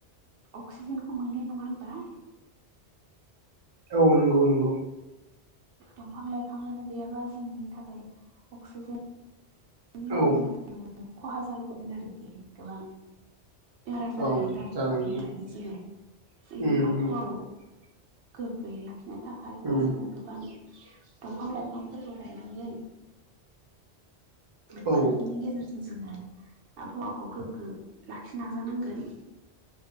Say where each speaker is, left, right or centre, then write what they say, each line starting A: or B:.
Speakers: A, on the right; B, on the right.
A: अक्सिजेनखौ मोनो नङा होनबा?
B: औ नंगौ नंगौ।
A: दंफां लाइफाङानो गैयाबा जोंनि थाखाय अक्सिजेन लानायनि
B: औ
A: थाखाय खहा जाबोदों आरोखि गोबां। बारा जाबायगोन
B: औ
A: आरोखि
B: जागोन
A: बेनि थाखायनो जोङो
B: उम
A: जोंनि आबहावायाव
B: उम
A: गोग्गोयै लाखिनो थाखायब्ला
B: उम उम
A: जोङो गोबां दंफां लाइफांफोरबो गायनांगोन। बेफोरनि
B: औ
A: गेजेरजों जोङो आबहावाखौ गोग्गो लाखिनो नाजानांगोन।